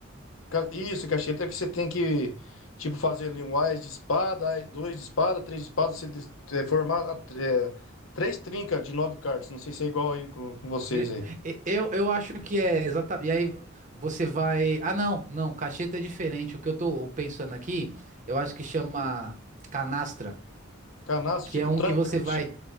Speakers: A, on the left; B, on the right.
A: Ca- Isso, cacheta é que você tem que, tipo, fazer ali um ás de espada, ai- dois de espada, três de espada, você des- é, formar a- é, três trincas de nove cartas. Não sei se é igual aí com, com vocês
B: E-
A: aí.
B: e- Eu, eu acho que é exatamente. E aí você vai. Ah, não, não, cacheta é diferente. O que eu tô pensando aqui, eu acho que chama canastra,
A: Canaço,
B: que
A: tipo
B: é um
A: tranca,
B: que você vai.
A: que chama